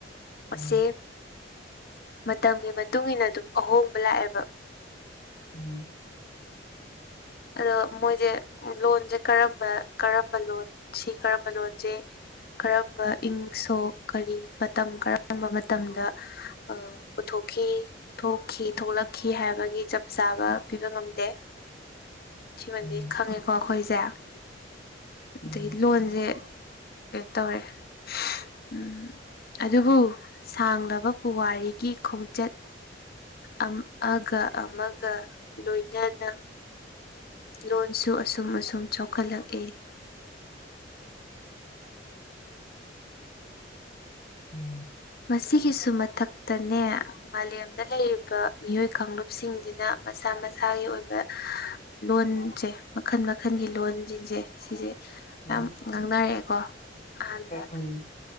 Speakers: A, on the left; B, on the left.
A: ꯎꯝ
B: ꯑꯁꯤ ꯃꯇꯝꯒꯤ ꯃꯇꯨꯡ ꯏꯟꯅ ꯑꯗꯨꯝ ꯑꯍꯣꯡꯕ ꯂꯥꯛꯑꯦꯕ
A: ꯎꯝ
B: ꯑꯗꯣ ꯃꯣꯏꯖꯦ ꯑꯝ ꯂꯣꯟꯖꯦ ꯀꯔꯝꯕ ꯀꯔꯝꯕ ꯂꯣꯟ ꯁꯤ ꯀꯔꯝꯕ ꯂꯣꯟꯖꯦ ꯀꯔꯝꯕ ꯏꯪ ꯁꯣꯛ ꯀꯔꯤ ꯃꯇꯝ ꯀꯔꯝꯕ ꯃꯇꯝꯗ ꯑ ꯄꯨꯊꯣꯛꯈꯤ ꯊꯣꯛꯈꯤ ꯊꯣꯛꯂꯛꯈꯤ ꯍꯥꯏꯕꯒꯤ ꯆꯞ ꯆꯥꯕ ꯄꯤꯕ ꯉꯝꯗꯦ ꯁꯤꯃꯗꯤ
A: ꯎꯝ ꯎꯝ
B: ꯈꯪꯉꯦꯀꯣ ꯑꯈꯣꯏꯖꯦ ꯑꯗꯩ
A: ꯎꯝ
B: ꯂꯣꯟꯖꯦ ꯀꯩꯟ ꯇꯧꯔꯦ ꯎꯝ ꯑꯗꯨꯕꯨ ꯁꯥꯡꯂꯕ ꯄꯨꯋꯥꯔꯤꯒꯤ ꯈꯣꯡꯆꯠ ꯑꯝꯑꯒ ꯑꯃꯒ ꯂꯣꯏꯅꯅ ꯂꯣꯟꯁꯨ ꯑꯁꯨꯝ ꯑꯁꯨꯝ ꯆꯥꯎꯈꯠꯂꯛꯑꯦ
A: ꯎꯝ
B: ꯃꯁꯤꯒꯤꯁꯨ ꯃꯊꯛꯇꯅꯦ ꯃꯥꯂꯦꯝꯗ ꯂꯩꯔꯤꯕ ꯃꯤꯑꯣꯏ ꯀꯥꯡꯂꯨꯞꯁꯤꯡꯖꯤꯅ ꯃꯁꯥ ꯃꯁꯥꯒꯤ ꯑꯣꯏꯕ ꯂꯣꯟꯖꯦ ꯃꯈꯟ ꯃꯈꯟꯒꯤ ꯂꯣꯟ ꯖꯤꯡꯖꯦ ꯁꯤꯖꯦ
A: ꯎꯝ
B: ꯌꯥꯝ ꯉꯥꯡꯅꯔꯛꯑꯦꯀꯣ ꯑꯍꯥꯟꯕꯗ
A: ꯎꯝ